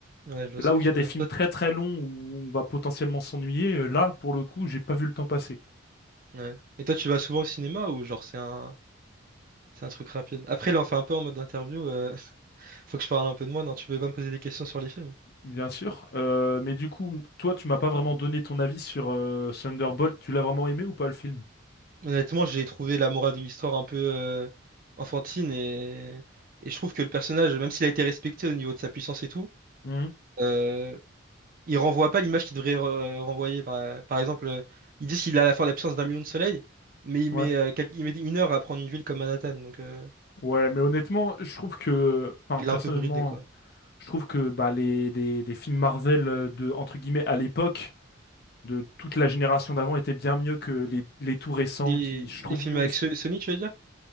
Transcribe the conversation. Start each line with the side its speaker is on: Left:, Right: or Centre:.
Right: Ouais, je vois ce
Left: Là
Right: que
Left: où il
Right: tu
Left: y a des
Right: veux dire.
Left: films
Right: Toi-
Left: très très longs où on va potentiellement s'ennuyer, euh, là, pour le coup, j'ai pas vu le temps passer.
Right: ouais. Et toi, tu vas souvent au cinéma ou genre c'est un c'est un truc rapide? Après, là, on fait un peu en mode interview. euh, <laughs> Faut que je parle un peu de moi. Non, tu peux pas me poser des questions sur les films.
Left: Bien sûr. Euh, mais du coup, toi, tu m'as pas vraiment donné ton avis sur euh, Thunderbolt. Tu l'as vraiment aimé ou pas le film?
Right: Honnêtement, j'ai trouvé la morale de l'histoire un peu euh, enfantine et... et je trouve que le personnage, même s'il a été respecté au niveau de sa puissance et tout,
Left: Mhm.
Right: euh, il renvoie pas l'image qu'il devrait re- renvoyer. Par, par exemple, euh, ils disent qu'il a la force de la puissance d'un million de soleils, mais il met,
Left: Ouais.
Right: euh, quel- il met une heure à prendre une ville comme Manhattan, donc euh,
Left: Ouais, mais honnêtement, je trouve que, enfin,
Right: il
Left: personnellement,
Right: l'a un peu bridé quoi.
Left: je trouve que bah, les, des, des films Marvel euh, de, entre guillemets, à l'époque, de toute la génération d'avant était bien mieux que les, les tout récents
Right: Les,
Left: qui, je trouve,
Right: les films
Left: on
Right: avec
Left: se-
Right: So- Sony, tu veux dire?